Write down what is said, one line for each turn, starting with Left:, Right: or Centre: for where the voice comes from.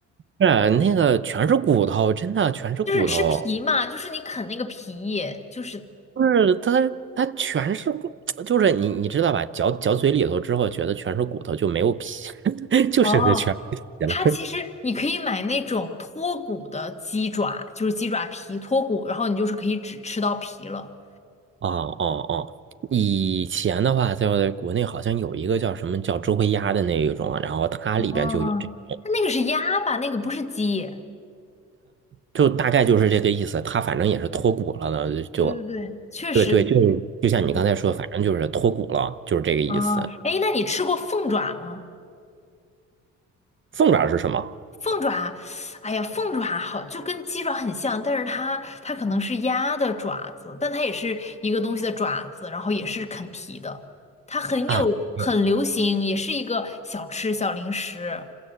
Right: 是那个全是骨头，真的全是骨头，
Left: 就是吃皮嘛，就是你啃那个皮，就是
Right: 就是它它全是骨，<tsk> 就是你你知道吧，嚼嚼嘴里头之后，觉得全是骨头就没有皮，<laughs> 就剩下全是皮了。
Left: 哦，它其实你可以买那种脱骨的鸡爪，就是鸡爪皮脱骨，然后你就是可以只吃到皮了。
Right: 哦哦哦，以前的话，在国内好像有一个叫什么叫周黑鸭的那一种啊然后它里边就有这种，
Left: 哦，但那个是鸭吧，那个不是鸡，
Right: 就大概就是这个意思。它反正也是脱骨了的，就
Left: 对对对，确实是。
Right: 对对，就就像你刚才说，
Left: 对
Right: 反正就是脱骨了，就是这个意思。
Left: 啊，哎，那你吃过凤爪吗？
Right: 凤爪是什么
Left: 凤爪，哎呀，凤爪好，就跟鸡爪很像，但是它它可能是鸭的爪子，但它也是一个东西的爪子，然后也是啃皮的，它很有很流行，
Right: 啊？没有
Left: 也是一个小吃小零食，